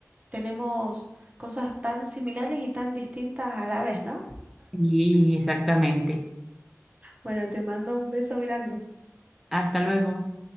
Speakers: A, on the right; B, in the centre.
A: Tenemos cosas tan similares y tan distintas a la vez, ¿no?
B: Y exactamente.
A: Bueno, te mando un beso grande.
B: Hasta luego.